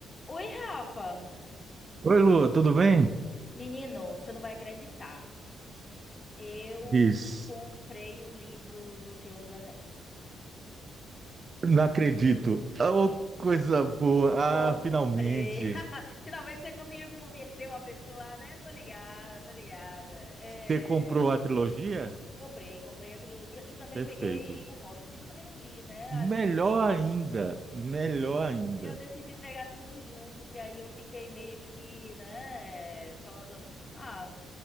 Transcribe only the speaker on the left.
Oi, Rafa!
Menino, você não vai acreditar. Eu
comprei o livro do Senhor dos Anéis.
Comprei!
<laughs> Finalmente você conseguiu converter uma pessoa, né? Tô ligada, tô ligada. É,
Comprei, comprei a trilogia e também
peguei o Hobbit, que eu também não li, né?
Aí eu
Eu decidi pegar tudo junto, que aí eu fiquei meio que, né, falando, ah,